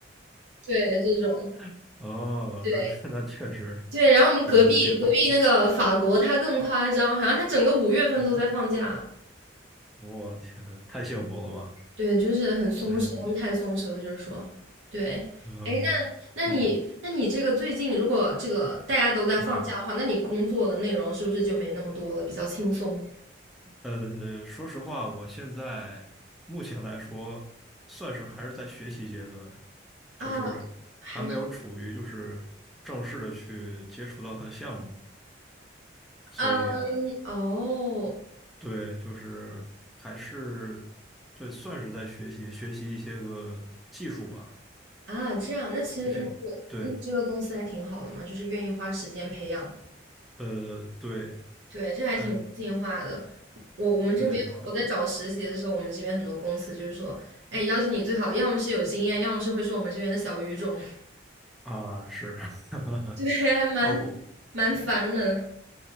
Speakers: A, on the right; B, in the centre.
A: 对，这种，
B: <laughs> 哦，
A: 对
B: 那那确实，
A: 对。然后我们隔壁隔壁那个法国，
B: 呃，别的地，
A: 他更夸张，好像他整个五月份都在放假。
B: 嗯，我天，太幸福了吧，
A: 对，就是很松弛，
B: 反正，
A: 他们太松弛了，就是说，对。
B: 嗯。
A: 哎，那那你那你这个最近如果这个大家都在放假的话，
B: 嗯嗯，
A: 那你工作的内容是不是就没那么多了，比较轻松
B: 呃，说实话，我现在目前来说，算是还是在学习阶段，
A: 啊？
B: 就是还没有处于就是正式的去接触到它的项目，
A: 还是
B: 所以
A: 嗯哦
B: 对，就是还是对，算是在学习学习一些个技术吧，
A: 啊这样，那其实那你这个你这个公司还挺好的嘛，
B: 一些对，
A: 就是愿意花时间培养
B: 呃，对，
A: 对，这还挺人性化的。
B: 但是
A: 我我们这边我在找实习的时候，
B: 对
A: 我们这边很多公司就是说，哎，要求你最好要么是有经验，要么是会说我们这边的小语种。<laughs>
B: 啊，是，
A: 对，还蛮
B: <laughs> 哦不，
A: 蛮烦的。